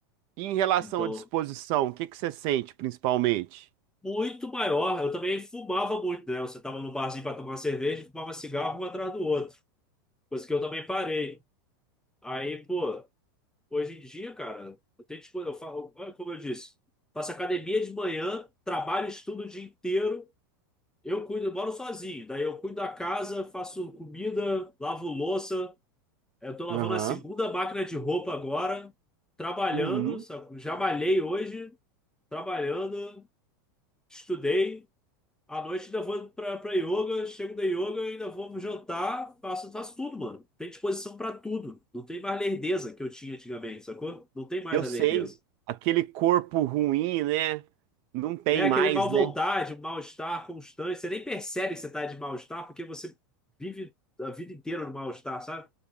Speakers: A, on the right; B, in the centre.
A: E em relação
B: Então,
A: à disposição, o que que você sente principalmente?
B: muito maior. Eu também fumava muito, né? Você tava no barzinho para tomar cerveja e fumava cigarro um atrás do outro. Coisa que eu também parei. Aí, pô, hoje em dia, cara, eu tenho dispo- eu falo, olha como eu disse, faço academia de manhã, trabalho, estudo o dia inteiro. Eu cuido, eu moro sozinho. Daí eu cuido da casa, faço comida, lavo louça. Eu tô lavando
A: Aham.
B: a segunda máquina de roupa agora, trabalhando,
A: Uhum.
B: sabe? Já malhei hoje, trabalhando, estudei. À noite ainda vou pra, pra yoga, chego da yoga, ainda vou jantar, faço, faço tudo, mano. Tem disposição pra tudo. Não tem mais lerdeza que eu tinha antigamente, sacou? Não tem mais
A: Eu
B: a
A: sei,
B: lerdeza.
A: aquele corpo ruim, né? Não tem
B: É aquele
A: mais,
B: mal vontade,
A: né?
B: mal-estar constante. Você nem percebe que você tá de mal-estar porque você vive a vida inteira no mal-estar, sabe?